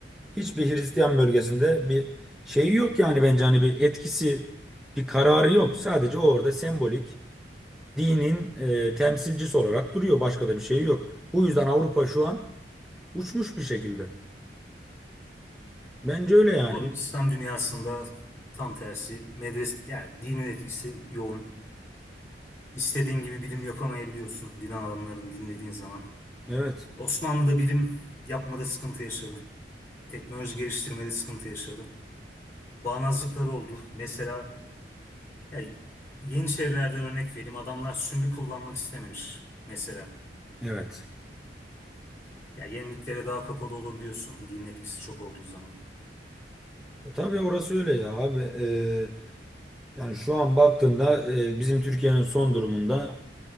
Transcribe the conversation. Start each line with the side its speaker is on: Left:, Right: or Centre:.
Centre: Hiçbir Hristiyan bölgesinde bir şeyi yok yani bence hani bir etkisi, bir kararı yok. Sadece o orada sembolik dinin e, temsilcisi olarak duruyor. Başka da bir şey yok. Bu yüzden Avrupa şu an uçmuş bir şekilde. Bence öyle yani.
Left: Doğru
Centre: Bil-
Left: mu? İslam dünyasında tam tersi. Medres, yani dinin etkisi yoğun. İstediğin gibi bilim yapamayabiliyorsun din adamlarını dinlediğin zaman.
Centre: Evet,
Left: Osmanlı'da bilim yapmada sıkıntı yaşadı. Teknoloji geliştirmede sıkıntı yaşadı. Bağnazlıkları oldu. Mesela Ya Yeniçerilerde örnek vereyim. Adamlar süngü kullanmak istememiş mesela.
Centre: evet.
Left: Ya yeniliklere daha kapalı olabiliyorsun dinin etkisi çok olduğu zaman.
Centre: E, tabii orası öyle ya abi. E, yani şu an baktığında e, bizim Türkiye'nin son durumunda